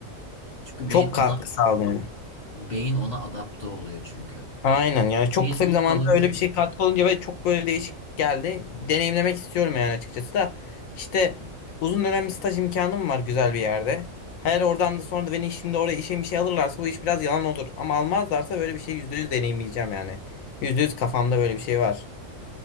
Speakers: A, on the left; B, on the left.
A: Çünkü
B: Çok
A: beyin
B: katkı
A: ona
B: sağladı
A: beyin ona adapte oluyor çünkü.
B: Aynen yani çok
A: Mecbur
B: kısa bir zamanda
A: kalınca
B: öyle bir şey katkı olunca ve çok böyle değişik geldi. Deneyimlemek istiyorum yani açıkçası da. İşte uzun dönem bir staj imkanım var güzel bir yerde. Her oradan da sonra da beni şimdi oraya işe bir şey alırlarsa bu iş biraz yalan olur. Ama almazlarsa böyle bir şey %100 deneyimleyeceğim yani. yüzde yüz kafamda böyle bir şey var.